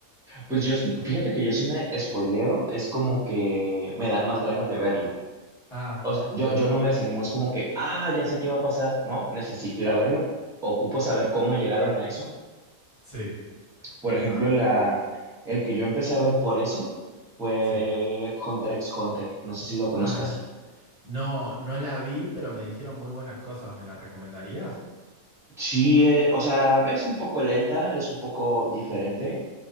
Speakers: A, in the centre; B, on the left.
A: Pues yo, fíjate que yo sí me spoileo, es como que me dan más ganas de verlo.
B: Ah,
A: O sea, yo, yo no me desanimo, es como que, ah, ya sé qué va a pasar, ¿no? Necesito ir a verlo. Ocupo saber cómo llegaron a eso.
B: sí.
A: Por ejemplo,
B: Ah,
A: la, el que yo empecé a ver por eso fue
B: sí.
A: Hunter x Hunter, no sé si lo conozcas.
B: Ah. No, no la vi, pero me dijeron muy buenas cosas. ¿Me la recomendarías?
A: Sí, eh, o sea, es un poco lenta, es un poco diferente.